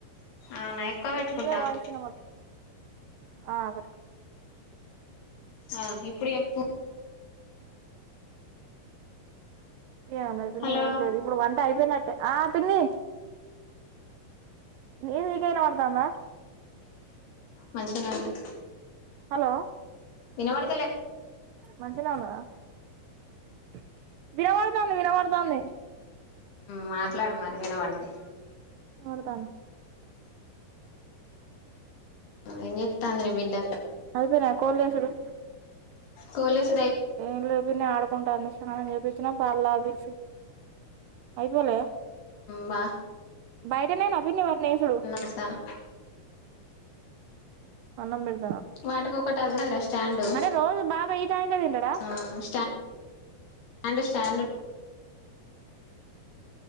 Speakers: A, on the left; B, on the right.
A: అవునా ఎక్కువ పెట్టుకుంటావు
B: నీదే వాయిసే వినమడత లేదు తే ఆ పెట్టుకో
A: ఆ ఇప్పుడు చెప్పు
B: ఏం అన్నావ్ ఇప్పుడు
A: హలో
B: నే ఏం లేదు ఇప్పుడు వం అయిపోయినట్టే ఆ పిన్నీ నిది నీకే వినవడతందా
A: మంచినే ఉన్నాయి
B: హలో
A: వినవాడు
B: మంచినే ఉన్నవ <unintelligible> వినవాడతంది వినవాడతంది
A: మ ట్లాడు మరి వినవడితే
B: అడుదాను
A: ఇ ఏం చెత్తంది నీ బిడ్డ
B: అయిపోయినా కోల్లేసులు
A: కలేజ్
B: ఏం లేపో న ఆడుకుంటా అంది చానం చెప్ప వచ్చిన పాలు తపిచ్చి అయిపోలే
A: బ
B: బైర ననా భిని వారి న సుడ
A: పెడతాను
B: అన్నం పెడ
A: వాటికి ఒకటి వస్తాదిరా స్టాండు
B: అంటే రోజు బాబాయ్ ఈ టైంకే తింటాడా
A: ఆ స్టాం స్టాంన్నటి